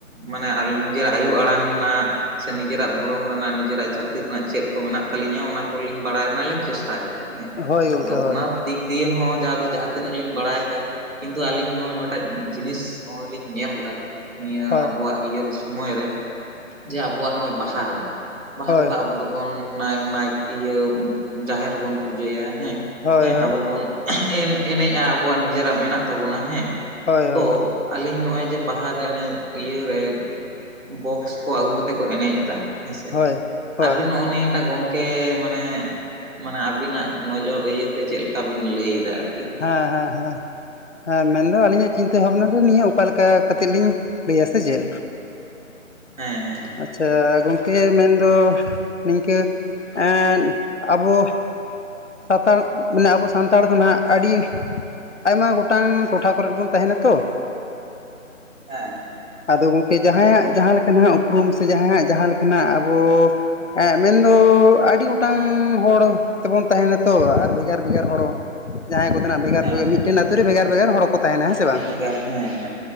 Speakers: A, on the right; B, on the left.
A: ᱢᱟᱱᱮ ᱱᱤᱡᱮᱨᱟᱜ ᱟᱭᱳ ᱟᱲᱟᱝ ᱨᱮᱱᱟᱜ ᱥᱮ ᱱᱤᱡᱮᱨᱟᱜ ᱫᱷᱚᱨᱚᱢ ᱨᱮᱱᱟᱜ ᱱᱤᱡᱮᱨᱟᱜ ᱡᱟᱹᱛᱤ ᱨᱮᱱᱟᱜ ᱪᱮᱫ ᱠᱚ ᱢᱮᱱᱟᱜ ᱛᱟᱹᱞᱤᱧᱟ ᱚᱱᱟ ᱠᱚᱞᱤᱧ ᱵᱟᱲᱟᱭ ᱨᱮᱱᱟᱜ ᱞᱮ ᱪᱮᱥᱴᱟᱭᱮᱫᱟ᱾ ᱦᱮᱸ
B: ᱦᱳᱭ ᱜᱚᱢᱠᱮ
A: ᱟᱫᱚ
B: ᱦᱳᱭ
A: ᱚᱱᱟ ᱫᱤᱠ ᱫᱤᱭᱮ ᱦᱚᱸ ᱡᱟᱦᱟᱸ ᱫᱚ ᱡᱟᱦᱟᱸ ᱛᱤᱱᱟᱹᱜ ᱞᱤᱧ ᱵᱟᱲᱟᱭᱫᱟ ᱾ ᱠᱤᱱᱛᱩ ᱟᱞᱤᱧ ᱱᱚᱜᱚᱭ ᱢᱤᱫᱴᱟᱝ ᱡᱤᱱᱤᱥ ᱱᱚᱜᱚᱭ ᱞᱤᱧ ᱧᱮᱞ ᱫᱟ ᱱᱤᱭᱮ
B: ᱦᱳᱭ
A: ᱠᱚᱣᱟᱜ ᱤᱭᱟᱹ ᱫᱚ ᱥᱚᱢᱚᱭ ᱨᱮ ᱡᱮ ᱟᱵᱚᱣᱟᱜ ᱱᱚᱜᱚᱭ ᱵᱟᱦᱟ ᱨᱮ ᱵᱟᱦᱟ
B: ᱦᱳᱭ
A: ᱨᱮᱛᱚ ᱟᱵᱚ ᱫᱚ ᱵᱚᱱ ᱚᱱᱟᱭ ᱚᱱᱟᱭ ᱤᱭᱟᱹ ᱡᱟᱦᱮᱨ ᱨᱮᱵᱚᱱ ᱯᱩᱡᱟᱹᱭᱟ ᱦᱮᱸ
B: ᱦᱳᱭ
A: ᱦᱮᱸ
B: ᱦᱳᱭ
A: ᱟᱵᱚ ᱵᱚᱱ ᱮᱱ ᱮᱱᱮᱡᱼᱟ ᱟᱵᱚᱣᱟᱜ ᱱᱤᱡᱮᱨᱟᱜ ᱢᱮᱱᱟᱜ ᱛᱟᱵᱚᱱᱟ ᱦᱮᱸ
B: ᱦᱳᱭ ᱦᱳᱭ
A: ᱛᱚ ᱟᱹᱞᱤᱧ ᱱᱚᱜᱚᱭ ᱡᱮ ᱵᱟᱦᱟ ᱨᱮ ᱚᱱᱮ ᱤᱭᱟᱹᱨᱮ ᱵᱚᱠᱥ ᱠᱚ ᱟᱹᱜᱩ ᱠᱟᱛᱮ ᱠᱚ ᱮᱱᱮᱡ ᱮᱫᱟ᱾ ᱦᱮᱸᱥᱮ
B: ᱦᱳᱭ ᱦᱳᱭ
A: ᱟᱵᱤᱱ ᱱᱚᱜᱼᱚ ᱱᱤᱭᱟᱹ ᱴᱟᱜ ᱜᱚᱝᱠᱮ ᱠᱮ ᱢᱟᱱᱮ ᱢᱟᱱᱮ ᱟᱵᱤᱱᱟᱜ ᱱᱚᱡᱚᱨ ᱤᱭᱟᱹᱛᱮ ᱪᱮᱫ ᱞᱮᱠᱟ ᱵᱤᱱ ᱞᱟᱹᱭ ᱮᱫᱟ ᱟᱨ?
B: ᱦᱮᱸ ᱦᱮᱸ ᱦᱮᱸ ᱦᱮᱸ ᱢᱮᱱᱫᱚ ᱟᱹᱞᱤᱧᱟᱜ ᱪᱤᱱᱛᱟᱹ ᱵᱷᱟᱵᱱᱟ ᱫᱚ ᱱᱤᱭᱟᱹ ᱚᱠᱟᱞᱮᱠᱟ ᱠᱟᱛᱮᱫ ᱞᱤᱧ ᱞᱟᱹᱭᱟ ᱥᱮ ᱪᱮᱫ
A: ᱦᱮᱸ ᱦᱮᱸ
B: ᱪᱷᱟ ᱜᱚᱝᱠᱮ ᱢᱮᱱᱫᱚ ᱱᱤᱝᱠᱟᱹ ᱮᱫ ᱟᱵᱚ ᱥᱟᱱᱛᱟᱲ ᱢᱟᱱᱮ ᱟᱵᱚ ᱥᱟᱱᱛᱟᱲ ᱫᱚ ᱱᱟᱦᱟᱜ ᱟᱹᱰᱤ ᱟᱭᱢᱟ ᱜᱚᱴᱟᱝ ᱴᱚᱴᱷᱟ ᱠᱚᱨᱮ ᱵᱚᱱ ᱛᱟᱦᱮᱸᱱᱟ ᱛᱚ
A: ᱦᱮᱸ
B: ᱟᱫᱚ ᱜᱚᱝᱠᱮ ᱡᱟᱦᱟᱸᱭᱟᱜ ᱡᱟᱦᱟᱸ ᱞᱮᱠᱟ ᱱᱟᱦᱟᱜ ᱩᱯᱨᱩᱢ ᱥᱮ ᱡᱟᱦᱟᱭᱟᱜ ᱡᱟᱦᱟᱸ ᱞᱮᱠᱟᱱᱟᱜ ᱟᱵᱚ ᱮᱸ ᱢᱮᱱ ᱫᱚ ᱟᱹᱰᱤ ᱜᱚᱴ ᱴᱟᱝ ᱦᱚᱲ ᱛᱮᱵᱚᱱ ᱛᱟᱦᱮᱸ ᱱᱟᱛᱚ ᱟᱨ ᱵᱷᱮᱜᱟᱨ ᱵᱷᱮᱜᱟᱨ ᱦᱚᱸᱲ ᱦᱚ ᱡᱟᱦᱟᱸᱭ ᱠᱚ ᱛᱟᱦᱮᱱᱟ ᱵᱷᱮᱜᱟᱨ
A: ᱦᱮᱸ
B: ᱵᱷᱮᱜᱟᱨ
A: ᱦᱮᱸ
B: ᱢᱤᱫᱴᱮᱱ ᱟᱛᱳ ᱨᱮ ᱵᱷᱮᱜᱟᱨ ᱵᱷᱮᱜᱟᱨ ᱦᱚᱲ ᱠᱚ ᱛᱟᱦᱮᱸᱱᱟ ᱾ᱦᱮᱸ ᱥᱮ
A: ᱵᱷᱮᱜᱟᱨ
B: ᱵᱟᱝ?
A: ᱦᱮᱸ ᱦᱮᱸ